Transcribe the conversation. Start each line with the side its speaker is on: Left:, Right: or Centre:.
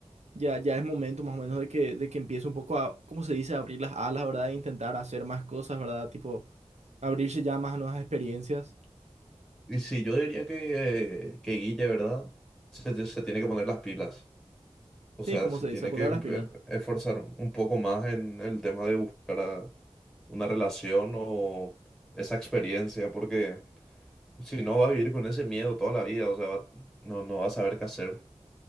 Right: ya, ya es momento más o menos de que, de que empiece un poco a, ¿cómo se dice?, abrir las alas, ¿verdad? E intentar hacer más cosas, ¿verdad? Tipo, abrirse ya más a nuevas experiencias.
Centre: Y sí, yo diría que, eh, que Guille, ¿verdad? Se, se tiene que poner las pilas. O sea,
Right: Sí, como
Centre: se
Right: se
Centre: tiene
Right: dice, poner
Centre: que em-
Right: las pilas.
Centre: em- esforzar un poco más en el tema de buscar a- una relación o esa experiencia, porque si no va a vivir con ese miedo toda la vida, o sea, va- no, no va a saber qué hacer